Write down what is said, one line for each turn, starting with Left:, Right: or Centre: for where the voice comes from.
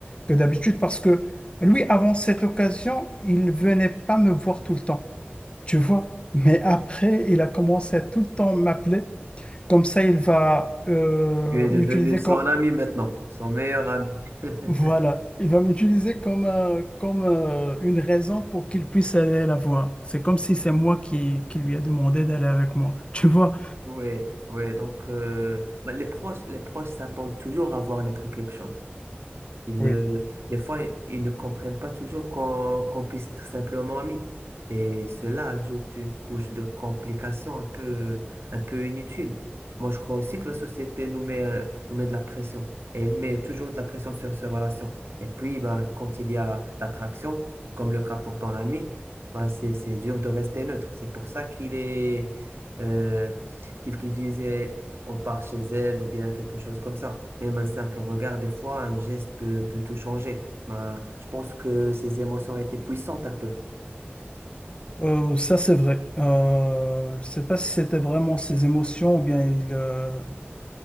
Left: que d'habitude, parce que lui, avant cette occasion, il venait pas me voir tout le temps, tu vois. Mais après, il a commencé à tout le temps m'appeler. Comme ça, il va euh,
Right: Tu es
Left: m'utiliser
Right: devenu son
Left: comme...
Right: ami
Left: <laughs>
Right: maintenant, son meilleur ami. <laughs>
Left: Ouais, voilà, il va m'utiliser comme, euh, comme euh, une raison pour qu'il puisse aller la voir. C'est comme si c'est moi qui, qui lui a demandé d'aller avec moi, tu vois.
Right: Oui, oui. Donc, euh, bah, les proches, les proches s'attendent toujours à voir naître quelque chose. Ils
Left: Oui,
Right: ne, des fois, ils ne comprennent pas toujours qu'on qu'on puisse être simplement amis. Et cela ajoute une couche de complications un peu, un peu inutile. Moi, je crois aussi que la société nous met, euh, nous met de la pression. Et elle met toujours de la pression sur ces relations. Et puis, ben, quand il y a l'attraction, comme le cas pour ton ami, ben, c'est, c'est dur de rester neutre. C'est pour ça qu'il est, euh, qu'il te disait on part chez elle ou bien quelque chose comme ça. Même un simple regard, des fois, un geste peut, peut tout changer. Ben, je pense que ces émotions étaient puissantes un peu.
Left: Euh, ça c'est vrai. Euh, je sais pas si c'était vraiment ses émotions ou bien il, euh,